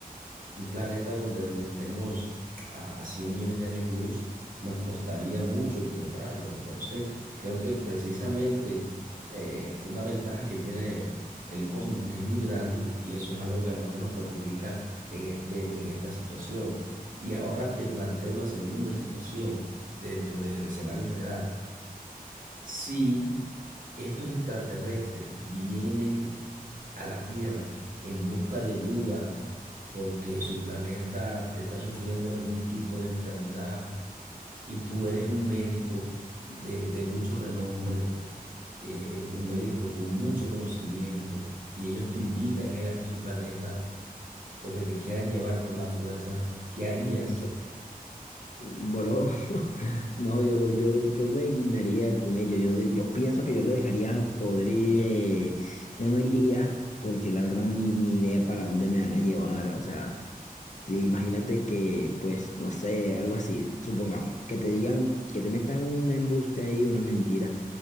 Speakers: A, on the right (about 60°); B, on the left (about 50°).
A: un planeta donde, donde estemos a, a 100 millones de años luz, nos costaría mucho encontrarlo. Entonces, creo que precisamente eh, una ventaja que tiene el cosmos, que es muy grande, y eso es algo que a nosotros nos perjudica en este, en esta situación. Y ahora te planteo la segunda situación dentro del escenario general. Si estos extraterrestres vienen a la Tierra en busca de ayuda porque su planeta está sufriendo algún tipo de enfermedad y tú eres un médico de, de mucho renombre, eh, un médico con mucho conocimiento y ellos te invitan a ir hacia su planeta o que te quieran llevar por la fuerza, ¿qué harías?
B: Ok. Bro, <laughs> no, yo, yo, yo me guindaría con ello. Yo, de- yo pienso que yo lo dejaría podrir. eh, yo no iría, porque la verdad ni, ni idea para dónde me van a llevar. O sea, sí, imagínate que, pues, no sé, algo así, supongamos, que te digan, que te metan un embuste ahí, una mentira,